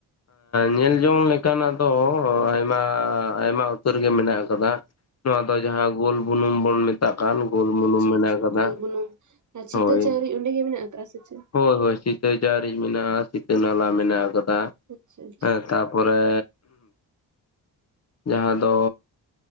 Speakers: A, on the left; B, on the right.
A: ᱧᱮᱞ ᱡᱚᱝ ᱞᱮᱠᱟᱱᱟᱜ ᱫᱚ ᱟᱭᱢᱟᱻᱟᱭᱢᱟ ᱩᱛᱟᱹᱨ ᱜᱮ ᱢᱮᱱᱟᱜ ᱠᱟᱫᱟ ᱾ ᱱᱚᱣᱟ ᱫᱚ ᱡᱟᱦᱟᱸ ᱜᱳᱞ ᱵᱩᱱᱩᱢ ᱵᱚᱱ ᱢᱮᱛᱟᱜ ᱠᱟᱱ᱾ ᱜᱳᱞ ᱵᱩᱱᱩᱢ
B: ᱟᱪᱪᱷᱟ
A: ᱢᱮᱱᱟᱜ
B: ᱟᱪᱪᱷᱟ,
A: ᱟᱠᱟᱫᱟ
B: ᱜᱚᱞ ᱵᱩᱱᱩᱢ ᱟᱨ
A: ᱦᱳᱭ᱾
B: ᱪᱷᱤᱛᱟᱹ ᱪᱟᱣᱨᱤ ᱚᱸᱰᱮᱜ ᱜᱮ ᱢᱮᱱᱟᱜ ᱠᱟᱜᱼᱟ ᱥᱮ ᱪᱮᱫ?
A: ᱦᱳᱭ ᱦᱳᱭ ᱥᱤᱛᱟᱹᱪᱟᱨᱤᱡ ᱢᱮᱱᱟᱜᱼᱟ, ᱥᱤᱛᱟᱹ ᱱᱟᱞᱟ ᱢᱮᱱᱟᱜ ᱟᱠᱟᱫᱟ
B: ᱟᱪᱪᱷᱟ ᱟᱪᱪᱷᱟ
A: ᱦᱮᱸ ᱛᱟᱯ ᱯᱚᱨᱮ ᱡᱟᱦᱟᱸ ᱫᱚ